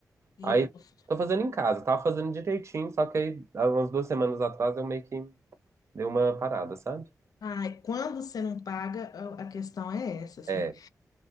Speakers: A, on the left (about 75°); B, on the right (about 45°).
A: Justo.
B: Aí tô fazendo em casa, tava fazendo direitinho, só que aí há umas duas semanas atrás eu meio que dei uma parada, sabe?
A: Ai, quando você não paga, a a questão é essa, assim.
B: É,